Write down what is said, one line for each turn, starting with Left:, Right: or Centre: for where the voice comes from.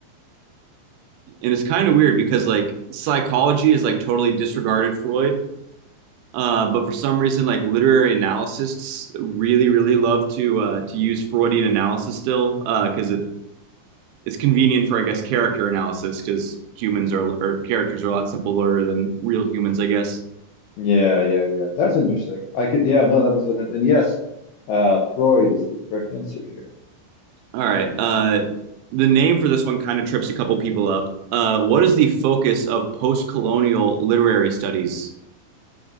Right: and it's kind of weird because like psychology is like totally disregarded Freud. Uh, but for some reason, like literary analysts really, really love to uh, to use Freudian analysis still because it it's convenient for I guess character analysis because humans are or characters are a lot simpler than real humans, I guess.
Left: yeah, yeah. yeah. That's interesting. I could, yeah, no, that makes sense. And yes, uh, Freud is the correct answer here.
Right: All right. Uh, the name for this one kind of trips a couple people up. Uh, what is the focus of post-colonial literary studies?